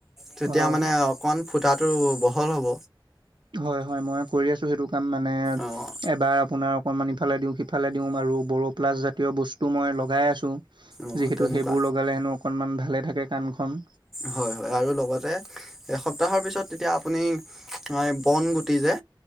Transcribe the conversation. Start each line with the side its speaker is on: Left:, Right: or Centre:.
Centre: তেতিয়া
Right: হয়।
Centre: মানে অকণ ফুটাটো বহল হ'ব,
Right: হয় হয় মই কৰি আছোঁ সেইটো কাম মানে
Centre: অঁ
Right: এবাৰ আপোনাৰ, অকণমান ইফালে দিওঁ সিফালে দিওঁ আৰু বড়'প্লাছ জাতীয় বস্তু মই লগাই আছোঁ,
Centre: অঁ
Right: যিহেতু
Centre: তেনেকুৱা
Right: সেইবোৰ লগালে হেনো অকনমান ভালে থাকে কাণখন,
Centre: হয় হয় আৰু লগতে, এসপ্তাহৰ পিছত তেতিয়া আপুনি বনগুটি যে